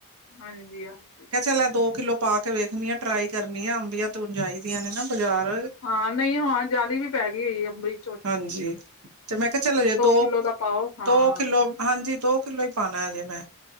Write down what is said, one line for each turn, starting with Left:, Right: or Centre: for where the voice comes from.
Left: ਹਾਂਜੀ ਹਾਂਜੀ।
Right: ਪਹਿਲਾਂ ਦੋ ਕਿੱਲੋ ਪਾ ਕੇ ਵੇਖਣੀ ਆ ਟਰਾਈ ਕਰਨੀ ਆ, ਅੰਬੀਆਂ ਧੋਣ ਜਾਹੀਦੀਆਂ ਨੇ ਨਾ। ਬਾਜ਼ਾਰ
Left: ਹਾਂ ਨਹੀਂ ਹਾਂ, ਜਾਲੀ ਵੀ ਪੈ ਗਈ ਹੋਈ ਹੈ ਅੰਬਰੀ।
Right: ਹਾਂਜੀ ਤੇ ਮੈਂ ਕਿਹਾ ਚੱਲ ਹਜੇ ਦੋ,
Left: ਕਿੱਲੋ ਦਾ ਪਾਓ ਹਾਂ
Right: ਦੋ ਕਿਲੋ, ਹਾਂ ਹਾਂਜੀ ਦੋ ਕਿੱਲੋ ਈ ਪਾਣਾ ਅਜੇ ਮੈਂ,